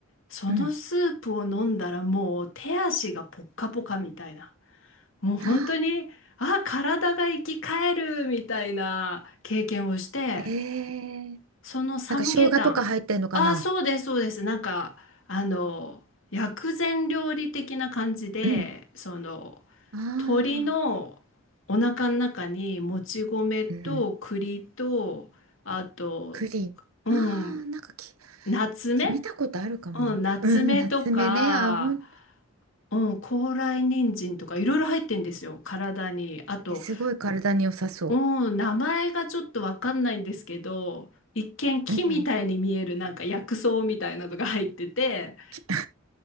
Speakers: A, on the left; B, on the right.
A: そのスープを飲んだらもう手足がポッカポカみたいな。
B: うんうん
A: もう本当に、
B: あ
A: あ、体が生き返るみたいな経験をして、
B: あーえー、
A: そのサムゲタン。
B: なんか生姜とか入ってんのかな
A: ああ、そうです、そうです。なんか、あの、薬膳料理的な感じで、
B: うん
A: その、
B: ああ
A: 鶏のお腹の中にもち米と栗と、
B: ーうん
A: あと、
B: 栗ああーなんかき、
A: うん、ナツメ
B: き見たことあるかもなうん、
A: うん、ナツメとか、
B: 夏目ね、あ、本
A: うん、高麗人参とかいろいろ入ってんですよ、体に。あと、
B: え、すごい体に良さそ
A: うん、名前がちょっとわかんないんですけど、一見木みたいに見えるなんか薬草みたいなのが入ってて、
B: う。うん。き